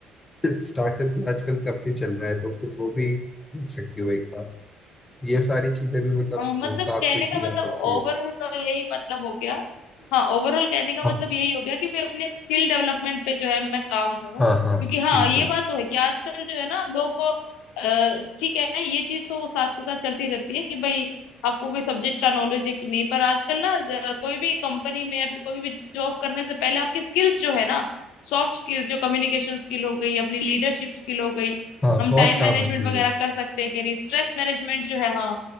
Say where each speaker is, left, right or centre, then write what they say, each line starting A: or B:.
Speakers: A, on the left (about 20°); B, on the left (about 80°).
A: <laughs> स्टार्टअप भी आजकल काफी चल रहा है तो तुम वो भी देख सकती हो एक बार ये सारी चीजें भी मतलब
B: अ, मतलब
A: साथ
B: कहने
A: में की
B: का
A: जा
B: मतलब
A: सकती
B: ओवरऑल
A: है
B: तो यही मतलब हो गया हाँ ओवरऑल कहने का
A: हाँ
B: मतलब यही हो गया कि भाई अपने स्किल डेवलपमेंट पे जो है मैं काम करूँ
A: हाँ हाँ
B: क्योंकि हाँ
A: बिल्कुल
B: ये बात तो है कि आजकल जो है ना लोग को अ, ठीक है ये चीज तो साथ के साथ चलती रहती है कि भाई आपको कोई सब्जेक्ट का नॉलेज है कि नहीं पर आजकल ना अ, कोई भी कंपनी में या फिर कोई भी जॉब करने से पहले आपकी स्किल्स जो है ना सॉफ्ट स्किल्स जो कम्युनिकेशन स्किल हो गई अपनी लीडरशिप स्किल हो गई
A: हाँ
B: हम
A: बहुत
B: टाइम
A: काम
B: मैनेजमेंट
A: आती
B: वगैरह
A: है ये
B: कर सकते हैं कि नहीं स्ट्रेस मैनेजमेंट जो है हाँ